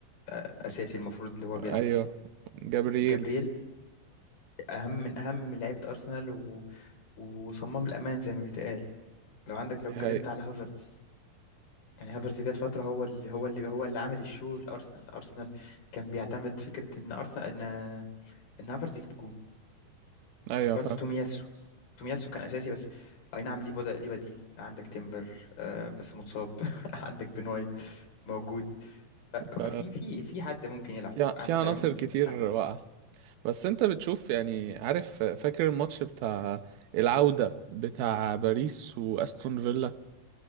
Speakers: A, on the left (about 75°); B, on the right (about 80°).
A: آه، أساسي المفروض اللي هو بيلعب
B: ايوه جبريل
A: جابرييل أهم من أهم لعيبة أرسنال و... وصمام الأمان زي ما بيتقال لو عندك
B: دي
A: لو اتكلمت
B: حقيقة
A: على هافرتز يعني هافرز جات فترة هو اللي هو اللي هو اللي عامل الشو لأرسنال أرسنال كان بيعتمد فكرة إن أرسنال إن إن هافرز يجيب جون
B: ايوه
A: برضه
B: فاهم
A: تومياسو تومياسو كان أساسي بس أي نعم ليه بدا- ليه بديل عندك تيمبر آه بس مصاب <laughs> عندك بن وايت موجود ف-
B: ف
A: ففي في في حد ممكن يلعب
B: في
A: عندك
B: في عناصر
A: عيوم ال-
B: كتير
A: عن...
B: واقعة بس انت بتشوف يعني عارف فاكر الماتش بتاع العودة بتاع باريس واستون فيلا